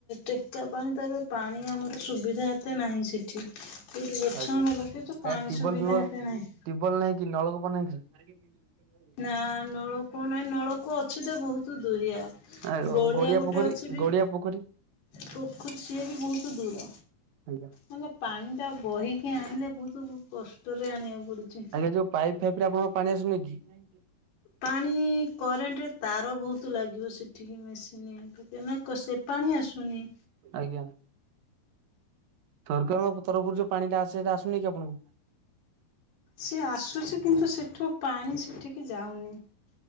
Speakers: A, on the left (about 85°); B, on the right (about 70°).
A: ଟେକା ପାଣି ତାପରେ ବି ପାଣି ଆମର ସୁବିଧା ଏତେ ନାହିଁ ସେଠି। ଯଉଠି ଗଛ
B: ଆଜ୍ଞା।
A: ଆମର ଲଗେଇଛୁ। ପାଣି
B: ଏ ଟିବଲ
A: ସୁବିଧା
B: ଫିବଲ
A: ଏତେ ନାହିଁ।
B: ଟିବଲ ନାହିଁ କି ନଳକୂପ ନାହିଁ କି ସେଠି ଆ <inaudible>
A: ନା ନଲୋ କଣ ନାହିଁ ନଳକୂଅ ଅଛି ଯେ ବହୁତ ଦୁରିଆ
B: ଆଉ
A: ଗଡିଆ ଗୋଟେ
B: ପୋଖରୀ
A: ଅଛି ବି
B: ଗଡିଆ ପୋଖରୀ
A: ପୋଖରୀ ସିଏ ବି ବହୁତ ଦୂର
B: ଆଜ୍ଞା
A: ମାନେ ପାଣି ଟା ବହିକି କିଏ ଆଣିଲେ ବହୁତ କଷ୍ଟରେ ଆଣିବାକୁ ପଡୁଛି।
B: ଆଜ୍ଞା ଯୋଉ ପାଇପ୍ ଫାଇପ୍ ରେ ଆପଣଙ୍କର ପାଣି ଆସୁନି କି? ୁ <inaudible>
A: ପାଣି କରେଣ୍ଟ ତାର ବହୁତ ଲାଗିବ ସେଠିକି ମେସିନ୍ ଦେଲେ କ ସେ ପାଣି ଆସୁନି।
B: ଆଜ୍ଞା ସରକାର ତରଫରୁ ଯୋଉ ପାଣି ଟା ଆସେ। ସେଇଟା ଆସୁନି କି ଆପଣଙ୍କୁ?
A: ସିଏ ଆସୁଛି। କିନ୍ତୁ ସେଠୁ ପାଣି ସେଠିକି ଯାଉନି।